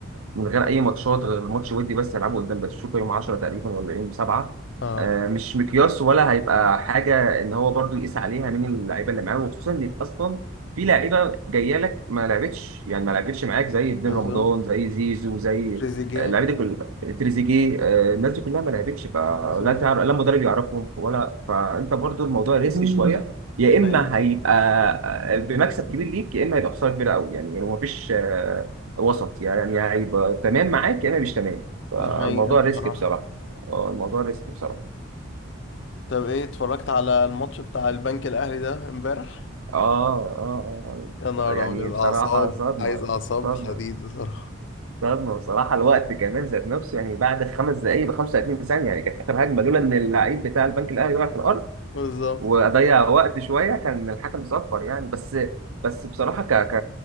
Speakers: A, on the right (about 85°); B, on the left (about 60°).
A: من غير اي ماتشات غير ماتش ودي بس يلعبه قدام باتشوكا يوم 10 تقريبا ولا يوم 7
B: اه
A: آه، مش مقياس ولا هيبقى حاجه ان هو برضو يقيس عليها مين اللعيبه اللي معاه وخصوصا ان اصلا في لعيبه جايه لك ما لعبتش يعني ما لعبتش معاك زي ابن
B: بالظبط
A: رمضان زي زيزو زي
B: تريزيجيه
A: آه، اللعيبه دي تريزيجيه آه، الناس دي كلها ما لعبتش فلا
B: بالظبط
A: تعرف لا مدرب يعرفهم ولا فانت برضو الموضوع ريسكي مم. شويه يا اما
B: ايوه
A: هيبقى آه، بمكسب كبير ليك يا اما هيبقى خساره كبيره قوي يعني هو مفيش آه، وسط يعني هيبقى تمام معاك يا اما مش تمام فالموضوع
B: ده حقيقة بصراحة
A: ريسك بصراحه اه الموضوع ريسك بصراحه
B: طب ايه اتفرجت على الماتش بتاع البنك الاهلي ده امبارح
A: اه اه
B: يا نهار
A: آه. يعني
B: ابيض
A: بصراحه
B: اعصاب
A: صدمه
B: عايز اعصاب
A: صدمه
B: حديد بصراحه
A: صدمه بصراحه الوقت كمان ذات نفسه يعني بعد خمس دقائق ب 35 ثانيه يعني كانت اخر هجمه لولا ان اللعيب بتاع البنك الاهلي وقع في الارض
B: بالظبط
A: واضيع وقت شويه كان الحكم صفر يعني بس بس بصراحه ك ك